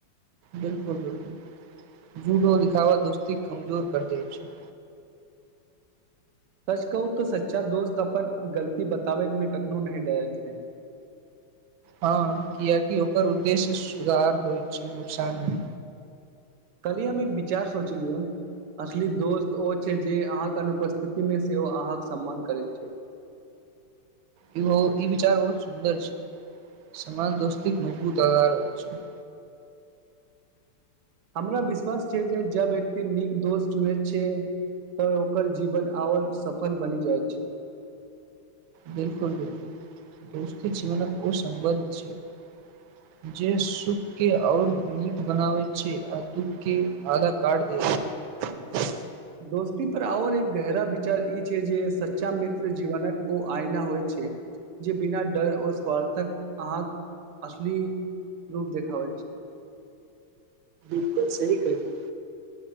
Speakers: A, on the right; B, on the right.
A: बिलकुल बिलकुल जूडो दिखाव दोस्ती कमजोर कर दै छै
B: सच कहू तऽ सच्चा दोस्त अपन गलती बताबैमे कखनो नहि डरै छै
A: हँ किियकि ओकर उद्देश्य सुधार होइत छै नुकसान नहि
B: कह हम एक विचार सोचलिय असली दोस्त ओ छै जे अहाँके अनुपस्थिति मे सेहो अहाँके सम्मान करैत छै
A: ई ई विचार बहुत सुन्दर छै सन दोस्ती मजबूत आधार होइ छै
B: हमरा विश्वास छिय जे जा व्यक्ति नीक दोस्त चुने छै तऽ ओकर जीवन आओर सफल बनि जाइत छै
A: बिलकुल बिलकुल दोस्ती जीवनक ओ सं्बन्ध छै जे सुख के आओर नीीक बनाब छै आ दुःख के आधा काढ़ द छै
B: दोस्ती पर आओर एक गहरा विचार ई छै जे सच्चा मित्र जीवनकक ओ आइना होइ छै जे बिना डर ओऔ स्व्थक अक असली रूप देखाबै छै
A: बकुल सी करल